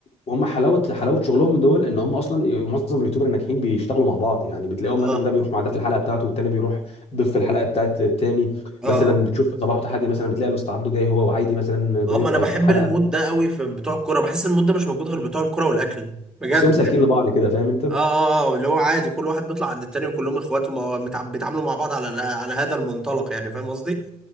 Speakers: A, on the left; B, in the centre.
A: وهم حلاوه حلاوه شغلهم دول ان هم اصلا معظم اليوتيوبر الناجحين بيشتغلوا مع بعض يعني بتلاقيهم
B: اه
A: مثلا ده بيروح مع ده في الحلقه بتاعته والتاني بيروح ضيف في الحلقه بتاعت التاني
B: اه
A: مثلا
B: اه
A: بتشوف صباح وتحدي مثلا بتلاقي الاستاذ عبده جاي هو وعايدي مثلا ضيف
B: اه ما
A: آه،
B: انا بحب
A: في حلقه
B: المود ده قوي في بتوع الكوره بحس المود ده مش موجود غير بتوع الكوره والاكل بجد
A: تحسهم سالكين لبعض كده فاهم انت
B: اه اه اه اللي هو عادي كل واحد بيطلع عند التاني وكلهم اخوات وما- متع- بيتعاملوا مع بعض على على هذا المنطلق يعني فاهم قصدي